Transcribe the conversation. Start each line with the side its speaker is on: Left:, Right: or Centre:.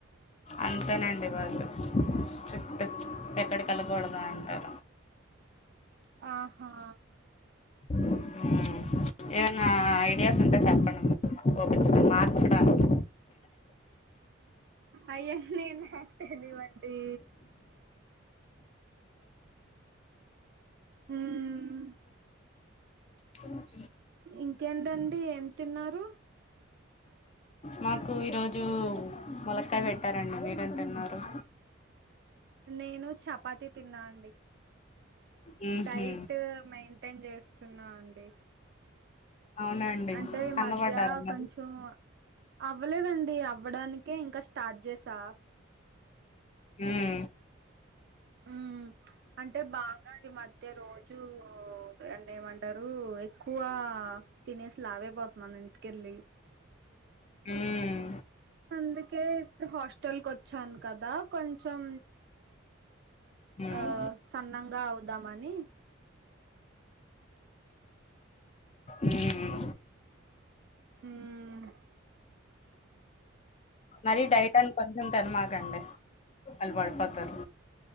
Left: అంతేనండి వాళ్ళు స్ట్రిక్ట్ ఎక్కడికి ఎళ్ళకూడదు అంటారు
Right: ఆహా
Left: ఉమ్ ఏమైనా ఐడియాస్ ఉంటే చెప్పండి ఓపిచ్చ మార్చడానికి
Right: అయ్య నీన నాక్ తెలివ్వండి హ్మ్మ్
Left: అ
Right: ఇంకేంటండి ఏం తిన్నారు
Left: మాకు ఈరోజు ములక్కాయ పెట్టారండి మీరు ఎం తీన్నారు
Right: నేను చపాతి తిన్నా అండి
Left: మ్మ్
Right: డైట్
Left: హు
Right: మెయింటైన్ చేస్తున్నా అండి
Left: అవునండి
Right: అంటే
Left: సన్నబడ్డారా
Right: మధ్య
Left: మరి
Right: కొంచెం అవ్వలేదండి అవ్వడానికే ఇంకా స్టార్ట్ చేసా
Left: హ్మ్మ్
Right: ఉమ్ అంటే బాగా ఈ మధ్య రోజు అంటే ఏమంటారు ఎక్కువ గ తినేసి లావైపోతున్నాను ఇంటికెళ్ళి
Left: హ్మ్మ్
Right: అందుకే ఇప్పుడు హాస్టల్ కోచ్చాను కదా కొంచెం
Left: హ్మ్.
Right: ఆ సన్నంగా అవుదామని
Left: మ్మ్మ్
Right: ఉమ్
Left: మరి డైట్ టని కొంచెం తనమాకండి కల్ పడిపోతారు